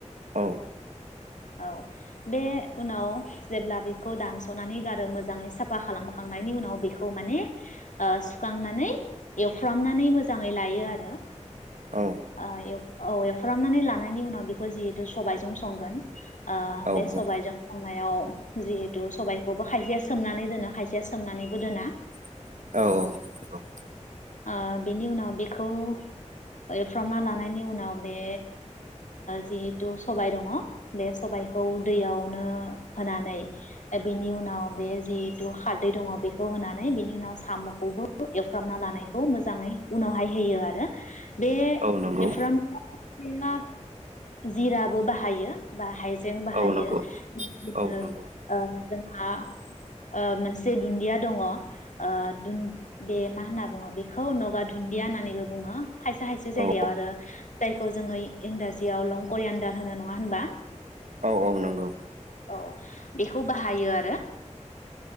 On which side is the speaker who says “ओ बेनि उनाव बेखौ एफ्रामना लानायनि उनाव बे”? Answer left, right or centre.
Left